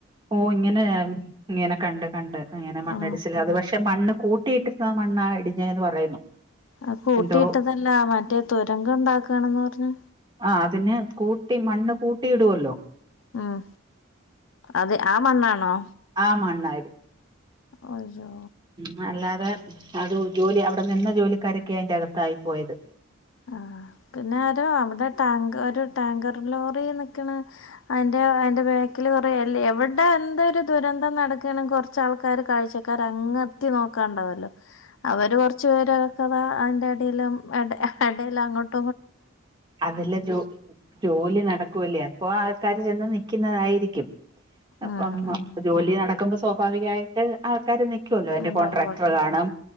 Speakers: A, on the right; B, on the left.
A: ഓഹൊ ഇങ്ങനെ യിങ്ങനെ കണ്ട് കണ്ട് അങ്ങനെ മണ്ണടിച്ചില്
B: ആ
A: അത് പക്ഷേ മണ്ണ് കൂട്ടിയിട്ടര്ന്ന മണ്ണാ ഇടിഞ്ഞേന്ന് പറയുന്നു
B: അഹ് കൂട്ടിയിട്ടതല്ല
A: എന്തോ
B: മറ്റേ തുരങ്കം ഇണ്ടാക്കണെന്ന് പറഞ്ഞ്
A: ആഹ് അതിന് കൂട്ടി മണ്ണ് കൂട്ടിയിടുവൊല്ലോ?
B: ആഹാ അതെ ആ മണ്ണാണോ?
A: ആ മണ്ണാ
B: അജേജാ
A: മ് അല്ലാതെ അത് ജോലി അവിടെ നിന്ന ജോലിക്കാരൊക്കെ അയിന്റകത്തായി പോയത്
B: ആഹ പിന്നാരോ അവിടെ ടാങ്ക ഒരു ടാങ്കർ ലോറി നിക്ക്ണെ അയിന്റെ അയിന്റെ ബാക്കില് കൊറെ എവിടെ എന്ത് ഒരു ദുരന്തം നടക്കാണെങ്കി കൊർ ച്ചാൾക്കാാര് കാഴ്ചക്കാര് അങ്ങ് എത്തി നോക്കാണ്ടാവൊല്ലോ? അവര് കൊറച്ചു പേരെക്കതാ അതിന്റെ അടയിലും എട എടേലങ്ങോട്ട്
A: അതല്ലെ ജോ ജോലി നടക്കുവല്ലേ അപ്പൊ ആൾക്കാര് ചെന്ന് നിക്കുന്നതായിരിക്കും അപ്പം
B: ആഹ് ആഹ്
A: ജോലി നടക്കുമ്പോ സ്വാഭാവികായിട്ട് ആൾക്കാര് നിക്കുവല്ലോ അയിന്റെ
B: ഉണ്ടാവുവല്ലോ
A: കോൺട്രാക്ടറ് കാണും